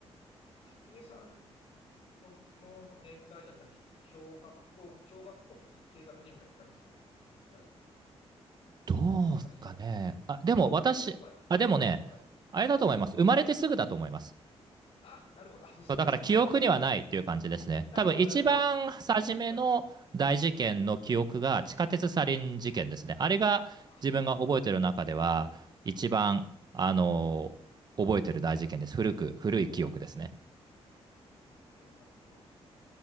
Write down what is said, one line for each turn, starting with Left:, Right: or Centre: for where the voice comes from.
Left: う、関根さんの、の年代だったら、小学校、小学校の低学年ぐらいですかね、その、その時代って。
Right: どうすかね。
Left: 私が、うん、
Right: あ、でも私、
Left: バブルが崩壊とか。
Right: あ、でもね、
Left: はい。
Right: あれだと思います。
Left: はい。
Right: 生まれてすぐだと思います。
Left: あ、なるほど。あ、そ、そそんなもんか。
Right: そうだから記憶にはないっていう感じですね。
Left: <laughs> なるほど、
Right: 多分一番初めの大事件の記憶が地下鉄サリン事件ですね。
Left: なるほど。なはい。うん。
Right: あれが自分が覚えてる中では一番、
Left: ああ、あ、
Right: あの覚えてる大事件です。古く、古い記憶ですね。
Left: うーん、なるほど、なるほど。